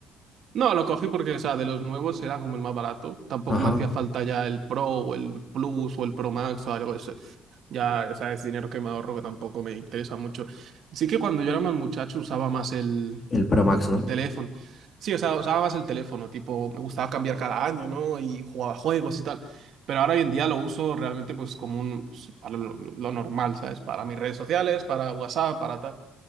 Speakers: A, on the right; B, on the left.
A: No, lo cogí porque, o sea, de los nuevos era como el más barato. Tampoco
B: Ajá,
A: me hacía falta ya el Pro o el Plus o el Pro Max o algo de eso. Ya, o sea, es dinero que me ahorro que tampoco me interesa mucho. Sí que cuando yo era más muchacho usaba más el,
B: el Pro Max, ¿no?
A: el teléfono. Sí, o sea, usaba más el teléfono, tipo, me gustaba cambiar cada año, ¿no? Y jugaba juegos y tal. Pero ahora hoy en día lo uso realmente pues como un, pues, para lo, lo normal, ¿sabes? Para mis redes sociales, para WhatsApp, para tal.